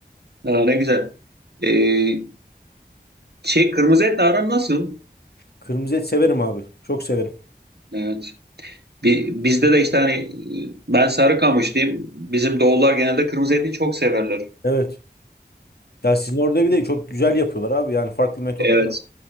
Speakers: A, on the right; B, on the left.
A: Ha, ne güzel. Ee, şey kırmızı etle aran nasıl?
B: Kırmızı et severim abi. Çok severim.
A: Evet. Bi- bizde de işte hani ben Sarıkamışlıyım. Bizim doğullar genelde kırmızı eti çok severler.
B: Evet. Ya sizin orada bir de çok güzel yapıyorlar abi. Yani farklı metotlar
A: Evet.